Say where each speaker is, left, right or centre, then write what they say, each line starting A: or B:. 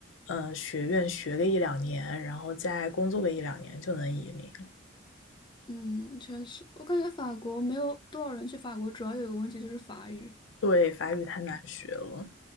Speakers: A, on the left (about 75°); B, on the left (about 25°).
A: 呃，学院学个一两年，然后再工作个一两年就能移民了
B: 嗯，确实，我感觉法国没有多少人去法国，主要有个问题就是法语。
A: 对，法语太难学了。